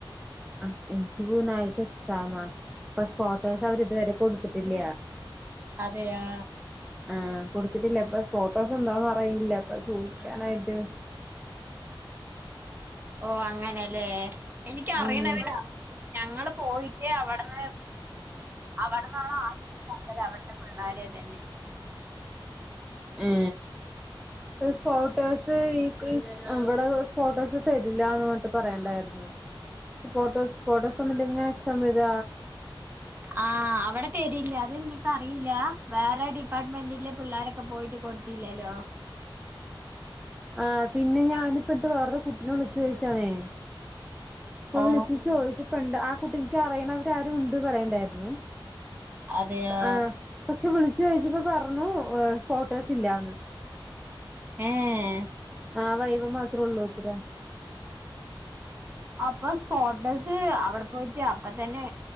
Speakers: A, in the centre; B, on the right.
A: ആ എനിക്ക് ബുധനായ്ച എക്സാമ പശ് പോ അവര് ത് വരെ കൊട്ത്ത്ട്ടില്ല
B: അതെയാ
A: ആ കൊടുത്തിട്ടില്ല ഇപ്പൊ സ്‌ഫോട്ടോസെന്താന്ന് അറിയില്ല അപ്പൊ ചോയ്ക്കാനായിട്ട്
B: ഓ അങ്ങനെല്ലേ എനിക്കറിയണവരാ
A: ഉം
B: ഞങ്ങള് പോയിട്ട് അവടെന്ന് അവടെന്നാണോ ആദ്യം കണ്ടത് അവട്ന്ന് പിള്ളാരുതെന്നെ
A: ഏ സ്പോട്ടോസ് ഈ ഇവിടെ സ്പോട്ടോസ് തരില്ലന്ന്ർഞ്ട്ട് പറയണ്ടായിരുന്നു ക്ഷേ ഫോട്ടോസ് ഫോട്ടോസൊല്ലെങ്കി ങ്ങനെ എക്സാമെയ്ത
B: ആ അവടെ തേ ഇല്ലാതെങ്‌നെ ക്കറില്ല വേറെ ഡിപ്പാർട്ട്മെന്റിലെ പിള്ളാരൊക്കെ പോയിട്ട് കൊട്ത്തില്ലല്ലോ
A: ആ പിന്നെ ഞാനിപ്പിൻട്ട് വേറെ കുട്ടിനെ വിളിച്ച് ചോയ്ച്ചാണേ ഇപ്പ
B: ഓ
A: വിളിച്ചി ചോയ്ച്ചപ്പണ്ട് ആ കുട്ടിക്ക് അറിയണവരാരോ ണ്ട് പറയ്ണ്ടായിരുന്നു
B: അതെയാ
A: ആ പക്ഷെ വിളിച്ചു ചോയ്ച്ചപ്പ പറഞ്ഞു സ്പോട്ടോസ് ല്ലന്ന്
B: ഏ
A: ആ വൈവെ മാത്രേ ള്ളൂ ത്രെ
B: അപ്പൊ സ്പോട്ടസ് അവടെ പോയിട്ട് അപ്പത്തെന്നെ